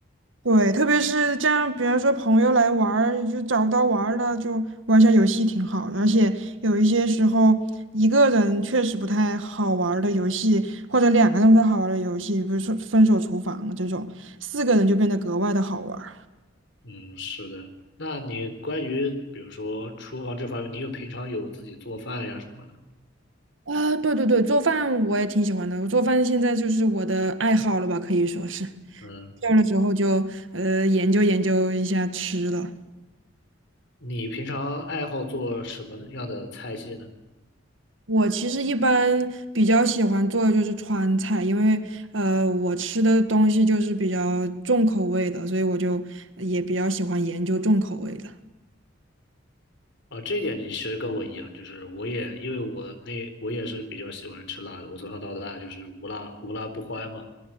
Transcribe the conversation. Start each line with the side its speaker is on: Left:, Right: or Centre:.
Right: 对，特别是这样，比如说朋友来玩儿，就找不到玩儿了，就玩一下游戏挺好的而且有一些时候，一个人确实不太好玩儿的游戏，或者两个人不太好玩儿的游戏，比如说《分手厨房》这种，四个人就变得格外的好玩儿。
Left: 嗯，是的。那你关于比如说厨房这方面，你有平常有自己做饭呀什么的？
Right: 啊，对对对，做饭我也挺喜欢的，我做饭现在就是我的爱好了吧，可以说是。
Left: 嗯，
Right: 有了之后就呃研究研究一下吃了。
Left: 你平常爱好做什么样的菜系呢？
Right: 我其实一般比较喜欢做的就是川菜，因为呃，我吃的东西就是比较重口味的，所以我就也比较喜欢研究重口味的。
Left: 啊，这一点你其实跟我一样，就是我也因为我那我也是比较喜欢吃辣的，我从小到大就是无辣无辣不欢嘛。